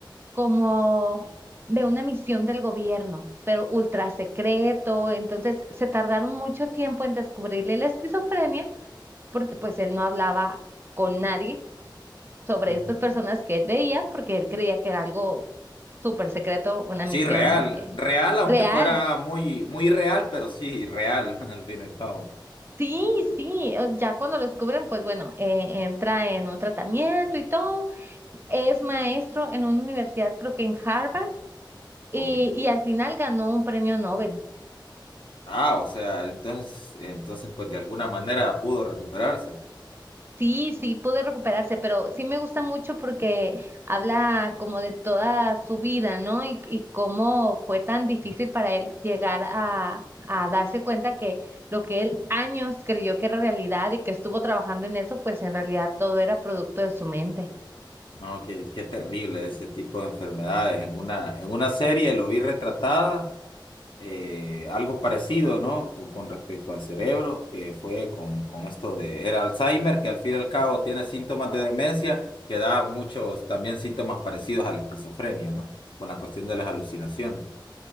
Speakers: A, on the right (about 30°); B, on the left (about 70°).
A: como de una misión del gobierno, pero ultra secreto. Entonces se tardaron mucho tiempo en descubrirle la esquizofrenia porque pues él no hablaba con nadie sobre
B: Ujú.
A: estas personas que él veía porque él creía que era algo súper secreto, una
B: Sí,
A: misión
B: real,
A: eh,
B: real, aunque
A: real.
B: fuera muy, muy real, pero sí, real, <laughs> al fin y al cabo.
A: Sí, sí, eh, ya cuando lo descubren, pues bueno, eh, entra en un tratamiento y todo. Es maestro en una universidad, creo que en Harvard, y,
B: Ok.
A: y al final ganó un premio Nobel.
B: Ah, o sea, entonces, entonces, pues de alguna manera pudo recuperarse.
A: Sí, sí, pude recuperarse, pero sí me gusta mucho porque habla como de toda su vida, ¿no? Y, y cómo fue tan difícil para él llegar a, a darse cuenta que lo que él años creyó que era realidad y que estuvo trabajando en eso, pues en realidad todo era producto de su mente.
B: No, qué, qué terrible ese tipo de enfermedades. En una, en una serie lo vi retratada, eh, algo parecido, ¿no? Con, con respecto al cerebro, que fue con, con esto de, era Alzheimer, que al fin y al cabo tiene síntomas de demencia, que da muchos también síntomas parecidos a la esquizofrenia, ¿no? Con la cuestión de las alucinaciones.